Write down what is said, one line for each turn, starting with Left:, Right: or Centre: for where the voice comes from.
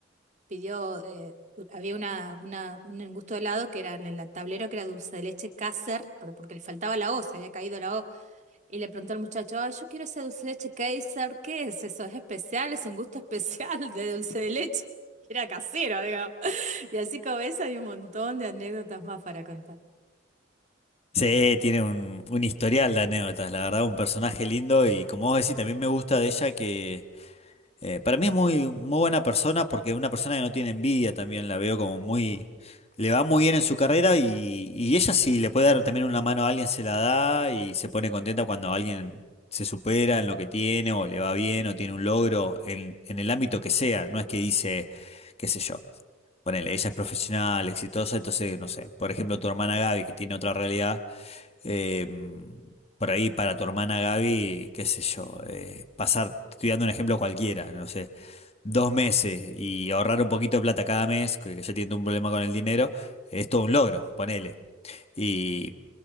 Right: pidió, eh, había una, una, un gusto de helado que era en el tablero que era dulce de leche Kaiser, pero porque le faltaba la O, se había caído la O. Y le preguntó al muchacho, ay, yo quiero ese dulce de leche Kaiser, ¿qué es eso? ¿Es especial? ¿Es un gusto especial de dulce de leche? <laughs> Era casero, digamos. Y así como esa hay un montón de anécdotas más para contar.
Left: Sí, tiene un, un historial de anécdotas, la verdad, un personaje lindo y como vos decís, también me gusta de ella que eh, para mí es muy, muy buena persona porque es una persona que no tiene envidia también, la veo como muy, le va muy bien en su carrera y, y ella si le puede dar también una mano a alguien se la da y se pone contenta cuando alguien se supera en lo que tiene o le va bien o tiene un logro en, en el ámbito que sea, no es que dice, qué sé yo, ponele, ella es profesional, exitosa, entonces, no sé, por ejemplo, tu hermana Gaby que tiene otra realidad eh, por ahí para tu hermana Gaby, qué sé yo, eh, pasar, te estoy dando un ejemplo cualquiera, no sé, dos meses y ahorrar un poquito de plata cada mes, que ya tiene un problema con el dinero, es todo un logro, ponele. Y,